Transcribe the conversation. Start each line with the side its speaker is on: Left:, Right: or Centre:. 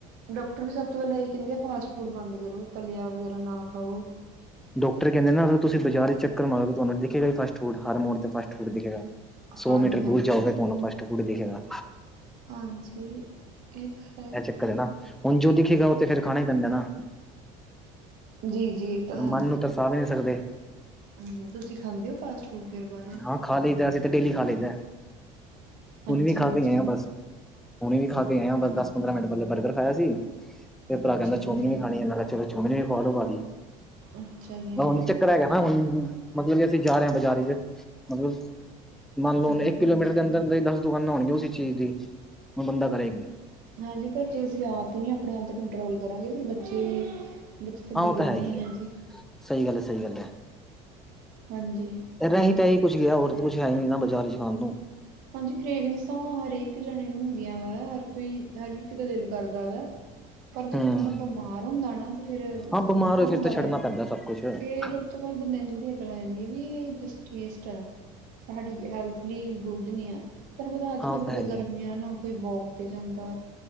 Right: ਡਾਕਟਰ ਵੀ ਸਭ ਤੋਂ ਪਹਿਲਾਂ ਇਹ ਕਹਿੰਦੇ ਆ ਫਾਸਟ ਫੂਡ ਬੰਦ ਕਰੋ ਤਲਿਆ ਵਗੈਰਾ ਨਾ ਖਾਓ।
Centre: ਡਾਕਟਰ ਕਹਿੰਦੇ ਨਾ ਅਗਰ ਤੁਸੀਂ ਬਾਜ਼ਾਰ ਚ ਚੱਕਰ ਮਾਰੋ ਤੁਆਨੂੰ ਦਿਖੇਗਾ ਹੀ ਫਾਸਟ ਫੂਡ ਹਰ ਮੋੜ ਤੇ ਫਾਸਟ ਫੂਡ ਦਿਖੇਗਾ। ਸੌ
Right: ਹਾਂਜੀ
Centre: ਮੀਟਰ
Right: ਹਾਂਜੀ
Centre: ਦੂਰ ਜਾਓਗੇ ਤੁਆਨੂੰ ਫਸਟ ਫੂਡ ਦਿਖੇਗਾ।
Right: ਹਾਂਜੀ ਇਹ ਤਾਂ ਹੈ
Centre: ਇਹ ਚੱਕਰ ਹੈਨਾ, ਹੁਣ ਜੋ ਦਿਖੇਗਾ ਉਹ ਤੇ ਫੇਰ ਖਾਣਾ ਈ ਪੈਂਦਾ ਨਾ।
Right: ਜੀ-ਜੀ ਤਾਂ
Centre: ਮਨ
Right: ਹਾਂ।
Centre: ਨੂੰ ਤਰਸਾ ਵੀ ਨਈ ਸਕਦੇ।
Right: ਹੂੰ ਤੁਸੀਂ ਖਾਂਦੇ ਓ ਫਾਸਟ ਫੂਡ। ੂਟਦੇ ਦੇ ਬਾਦ <unintelligible>
Centre: ਹਾਂ ਖਾ ਲਈਦਾ ਅਸੀਂ ਤਾਂ ਡੇਲੀ ਖਾ ਲਈਦਾ ਹੁਣ
Right: ਅੱਛਾ
Centre: ਵੀ ਖਾ
Right: ਅੱਛਾ
Centre: ਕੇ ਆਏ ਆ ਬਸ। ਹੁਣੇ ਵੀ ਖਾ ਕੇ ਆਏ ਬਸ ਦਸ ਪੰਦਰਾਂ ਮਿੰਟ ਪਹਿਲੇ ਬਰਗਰ ਖਾਇਆ ਸੀ ਤੇ ਭਰਾ
Right: ਅੱਛਾ
Centre: ਕਹਿੰਦਾ ਚੋਮਿਨ
Right: ਜੀ
Centre: ਵੀ ਖਾਣੀ ਆ ਮੈਂ ਕਿਆ ਚਲੋ ਚੋਮਿਨ ਵੀ ਖਵਾ ਦੋ ਭਾਜੀ।
Right: ਅੱਛਾ ਜੀ
Centre: ਹ ਨੀ ਚੱਕਰ ਹੈਗਾ ਨਾ ਹੁਣ ਮਤਲਬ ਕਿ ਅਸੀਂ ਜਾ ਰਏ ਆ ਬਾਜ਼ਾਰ ਚ ਮਤਲਬ ਮੰਨ ਲਓ ਹੁਣ
Right: ਅੱਛਾ
Centre: ਇੱਕ ਕਿਲੋਮੀਟਰ ਦੇ ਅੰਦਰ ਅੰਦਰ ਈ ਦਸ ਦੁਕਾਨਾਂ ਹੋਣਗੀਆਂ ਉਸੀ ਚੀਜ਼ ਦੀ, ਹੁਣ ਬੰਦਾ ਕਰੇ ਕੀ?
Right: ਹਾਂਜੀ ਪਰ ਜੇ ਅਸੀਂ ਆਪ ਈ ਨਈ ਅਪਣੇ ਆਪ ਤੇ ਕੰਟਰੋਲ ਕਰਾਂਗੇ ਫਿਰ ਬੱਚੇ ਬੱਚੇ ਤਾਂ
Centre: ਹਾਂ
Right: ਬਿਗੜਨੇ
Centre: ਉਹ ਹੈ ਹੀ ਹੈ
Right: ਐ ਜੀ,
Centre: ਸਹੀ ਗੱਲ ਹੈ ਸਹੀ ਗੱਲ
Right: ਹਾਂਜੀ।
Centre: ਰੈਹੀ ਤਾਂ ਇਹੀ ਕੁਛ ਗਿਆ ਓਰ ਤੇ ਕੁੱਛ ਹੈ ਹੀ ਨੀ ਨਾ ਬਾਜ਼ਾਰ ਚ ਖਾਣ ਨੂੰ।
Right: ਹਾਂਜੀ ਕਰੇਵਿੰਗਸ ਤਾਂ ਹਰੇਕ ਜਣੇ ਨੂੰ ਹੁੰਦੀਆਂ ਵਾ ਹਰ ਕੋਈ ਹਰ ਇੱਕ ਦਾ ਦਿਲ ਕਰਦਾ ਵਾ। ਅ <unintelligible> ਪਰ ਜਦੋਂ
Centre: ਹਮ
Right: ਬੰਦਾ ਬਿਮਾਰ ਹੁੰਦਾ ਨਾ ਤੇ ਫੇਰ
Centre: ਹਾਂ ਬਿਮਾਰ
Right: ਔਖਾ
Centre: ਹੋਏ
Right: ਹੁੰਦਾ
Centre: ਫਿਰ ਤਾਂ ਛੱਡਣਾ
Right: ਵਾ।
Centre: ਪੈਂਦਾ ਸਭ ਕੁਛ ਹਾਂ
Right: ਫੇਰ ਉਸ ਤੋਂ ਬਾਦ ਬੰਦੇ ਨੂੰ ਥੋੜ੍ਹੀ ਅਕਲ ਆ ਜਾਂਦੀ ਆ ਵੀ ਇਹ ਜਸਟ ਟੇਸਟ ਆ, ਤੁਹਾਡੀ ਹੈਲਥ ਲਈ ਗੁੱਡ ਨੀ ਆ ਤੁਹਾਨੂੰ ਪਤਾ ਅੱਜ ਕੱਲ੍ਹ
Centre: ਉਹ
Right: ਜਿਦਾਂ
Centre: ਤਾਂ ਹੈ ਹੀ
Right: ਗਰਮੀ
Centre: ਹੈ
Right: ਆ ਨਾ ਕੋਈ ਵੋਕ ਤੇ ਜਾਂਦਾ